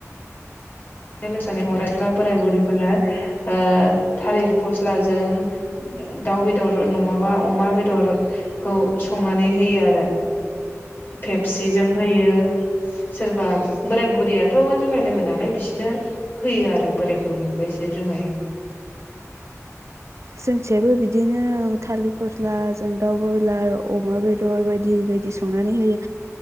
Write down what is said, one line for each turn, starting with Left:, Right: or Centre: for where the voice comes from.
Left: ओ लोमसानाय फरायस्ला बोराय बुरिफोरनो ओ थालिर फस्लाजों दाउ बेदर नङाबा अमा बेदरखौ संनानै होयो आरो फेपसिजों होयो। सोरबा बोराय बुरियाथ' जुमाय लोङो नालाय बिसो दिनो होयो आरो बोर राय बुरिनिफाय एसे जुमाय
Right: जोंसेयाबो बिदिनो थालिर फस्ला जों दाउ बयलार अमा बेदर बायदि बायदि संनानै होयो